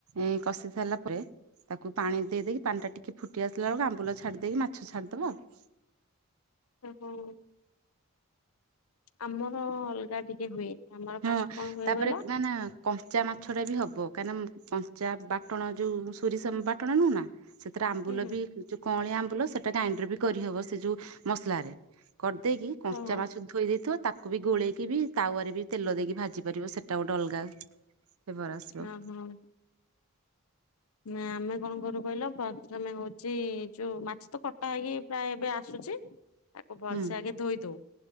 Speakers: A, on the right; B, on the left.
A: ଏଁ କଷି ସାରିଲା ପରେ ତାକୁ ପାଣି ଦେଇ ଦେଇେଇକି ପାଣି ଟା ଟିକେ ଫୁଟି ଆସିଲା ବେଲୁକୁ ଆମ୍ବୁ ଛାଡି ଦେଇକି ମାଛ ଛାଡିଦବ ଆଉ।
B: ଅଁ ହଉ। ଆମର ଅଲଗା ଟିକେ ହୁଏ। ଆମର ଫାଷ୍ଟ
A: ହଁ
B: କଣ ହୁଏ
A: ତାପରେ
B: କହିଲ?
A: ନା ନା। କଞ୍ଚା ମାଛ ଟା ବି ହବ କାହିଁକିନା କଞ୍ଚା ବାଟଣ ଯୋଉ ସୋରିଷ ବାଟଣ ନୁହନା ସେ ହେଥିରେ ଆମ୍ବୁଲ
B: ହୁଁ ହୁଁ
A: ବି ଯୋଉ କଅଁଳିଆ ଆମ୍ବୁଲ ସେଟା ଗ୍ରାଇଣ୍ଡର ବି କରିହବ ସେ ଯୋଉ ମସଲାରେ। କରିଦେଇକି କଞ୍ଚା
B: ଓହୋ
A: ମାଛ ଧୋଇ ଦେଇଥିବ ତାକୁ ବି ଗୋଳେଇକି ବି ତାୱରେ ବି ତେଲ ଦେଇକି ଭାଜି ପାରିବ ସେଟା ଗୋଟେ ଅଲଗା ଫ୍ଲେଭର୍ ଆସିବ।
B: ହଁ ହଁ। ନା ଆମେ କଣ କରୁ କହିଲ ପ୍ରଥମେ ହଉଛି ଯୋଉ ମାଛ ତ କଟା ହେଇକି ପ୍ରାୟ ଏବେ ଆସୁଛି। ତାକୁ ଭଲସେ
A: ହୁଁ
B: ଆଗେ ଧୋଇ ଦଉ